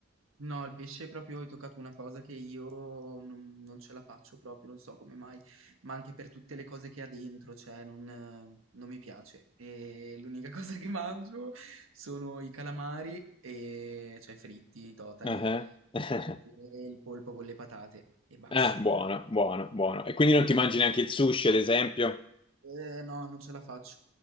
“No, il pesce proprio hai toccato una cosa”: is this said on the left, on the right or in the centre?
Right